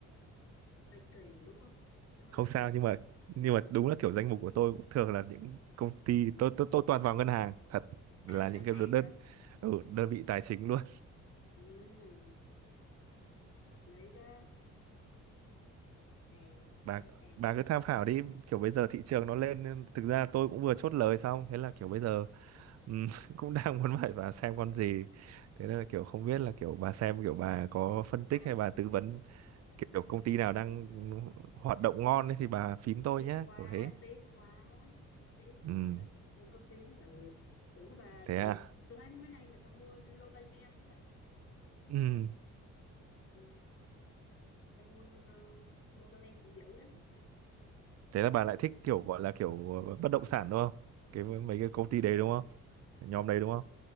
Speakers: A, on the left; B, on the right.
A: hơi kỳ đúng không nó hơi
B: không
A: bị
B: sao nhưng mà nhưng mà đúng là kiểu danh mục của tôi cũng thường là những công ty tôi tôi tôi toàn vào ngân hàng thật
A: à
B: là những
A: ngân
B: cái
A: hàng
B: đơn đơn,
A: hả
B: ừ, đơn vị tài chính luôn
A: ừ, hợp lý đó hàng
B: <laughs> bà
A: ngân hàng
B: bà
A: rồi
B: cứ tham khảo đi kiểu bây giờ thị trường nó lên nên thực ra tôi cũng vừa chốt lời xong thế là kiểu bây giờ Ừ, <laughs> cũng đang muốn hỏi bà xem con gì thế nên là kiểu không biết là kiểu bà xem kiểu bà có phân tích
A: đó.
B: hay bà tư vấn kiểu công ty nào đang
A: à,
B: hoạt động ngon ấy thì bà phím tôi
A: tiếc
B: nhé
A: quá
B: kiểu thế
A: tiếc quá tiếc
B: ừ,
A: quá không có phím được tưởng đó bà
B: thế
A: tôi
B: à
A: tôi thấy mấy nay người ta mua lô ban đó bà
B: ừ,
A: Ừ, Cái môn uh, Novaland cũng dữ đó
B: thế là bà lại thích kiểu gọi là kiểu bất động sản đúng không cái mấy cái công ty đấy đúng không nhóm
A: ừ.
B: đấy đúng không